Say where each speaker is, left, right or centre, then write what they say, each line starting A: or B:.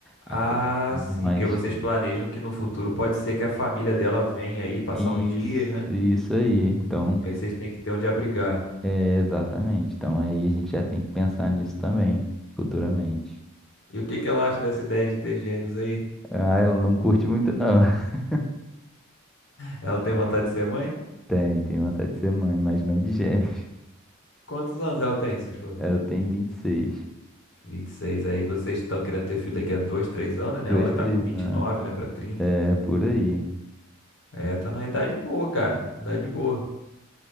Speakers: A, in the centre; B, on the left.
A: acabou
B: Ah,
A: ficando
B: sim,
A: mais.
B: porque vocês planejam que no futuro pode ser que a família dela venha aí passar
A: Isso,
B: uns dias, né?
A: isso aí. Então,
B: E aí vocês têm que ter onde abrigar.
A: é exatamente. Então aí a gente já tem que pensar nisso também, futuramente.
B: E o que que ela acha dessa ideia de ter gêmeos aí?
A: Ah, ela não curte muito, não. <laughs>
B: Ela tem vontade de ser mãe?
A: Tem, tem vontade de ser mãe, mas não de gêmeos. <laughs>
B: Quantos anos ela tem, sua esposa?
A: Ela tem vinte e seis
B: vinte e seis Aí vocês estão querendo ter filho daqui a 2 3 anos,
A: Dois,
B: né? Ela vai estar
A: três
B: com vinte
A: anos.
B: e nove né? Pra trinta
A: É, é por aí.
B: É, tá na idade boa, cara. Idade boa.